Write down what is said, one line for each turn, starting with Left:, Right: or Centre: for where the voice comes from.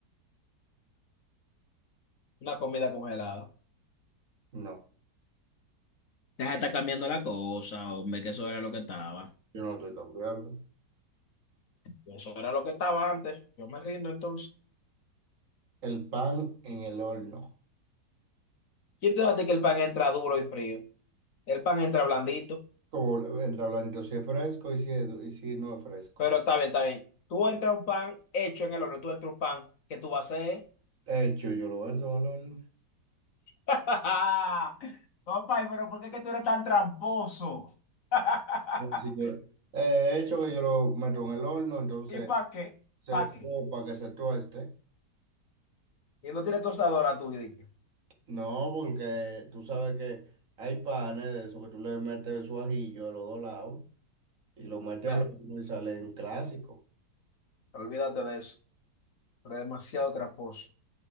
Left: Una comida congelada.
Right: no.
Left: Deja de estar cambiando la cosa, hombre, que eso era lo que estaba.
Right: Yo no estoy cambiando.
Left: Eso era lo que estaba antes. Yo me rindo entonces.
Right: El pan en el horno.
Left: ¿Quién te dice que el pan entra duro y frío? El pan entra blandito.
Right: Como entra blandito si es fresco y si, es du- y si no es fresco.
Left: Pero está bien, está bien. Tú entras un pan hecho en el horno, tú entras un pan que tú vas a hacer.
Right: Hecho, yo lo entro al horno.
Left: <laughs> Compa, pero ¿por qué es que tú eres tan tramposo? <laughs>
Right: Si yo- eh, hecho que yo lo meto en el horno, entonces,
Left: ¿Y para qué?
Right: se,
Left: ¿Para qué?
Right: o para que se tueste.
Left: Y no tienes tostadora tú, y dije,
Right: No, porque tú sabes que hay panes de eso que tú le metes su ajillo de los dos lados. Y lo mete
Left: nada,
Right: a lo uno y salen en clásico.
Left: olvídate de eso. Pero es demasiado tramposo.